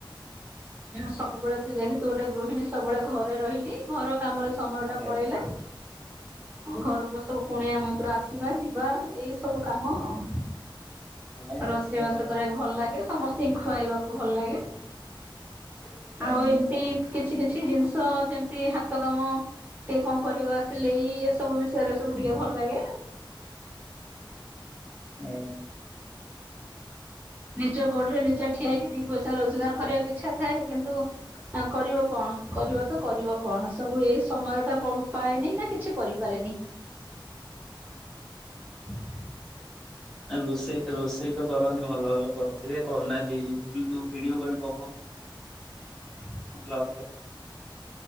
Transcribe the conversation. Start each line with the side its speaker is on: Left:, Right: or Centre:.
Right: ସବୁବେଳେ ଯେହେତୁ ଗୋଟେ ଗୃହିଣୀ ସବୁବେଳେ ଘରେ ରହିଲି ଘର କାମରେ। ସମୟ ଟା
Centre: ଆଜ୍ଞା
Right: ପଳେଇଲା। ଘରକୁ ସବୁ ପୁଣିଆମ ଭିତର ଆସିବା ଯିବା ଏଇ ସବୁ କାମ ଆଉ।
Centre: ହଁ
Right: ରୋଷେଇ
Centre: ସେଇଆ
Right: ବାସ କରିବାକୁ ଭଲ ଲାଗେ ସମସ୍ତତିଙ୍କୁ ଖୁଆଇବାକୁ ଭଲ ଲାଗେ।
Centre: ଆଜ୍ଞା
Right: ଆଉ ଏମିତି
Centre: ଆଜ୍ଞା
Right: କିଛି କିଛି ଜିନିଷ ଯେମିତି ହାତ କାମ। ଟିକେ କଣ କରିବ ଆସିଲେ ଏସବୁ ବିଷୟରେ ସବୁ ଟିକେ ଭଲ ଲାଗେ।
Centre: ଆ।
Right: ନିଜ ଗୋଡରେ ନିଜ ଠିଆ ହେଇକି ଦି ପଇସା ରୋଜଗାର କରିବାକୁ ଇଚ୍ଛା ଥାଏ କିନ୍ତୁ କରିବ କଣ କରିବ ତ କରିବ କଣ ସବୁ ଏଇ ସମୟ ଟା ପାଏନି ନା କିଛି କରିପାରେନି? ହୁଁ।
Centre: ରୋଷେଇ ରୋଷେଇ ତ କରନ୍ତି ଭଲ ଭଲ କରିଥିବେ କରିନାହାନ୍ତି ଯୋଉ ଭିଡିଓ କରି ପକ
Right: ହଁ।
Centre: <inaudible>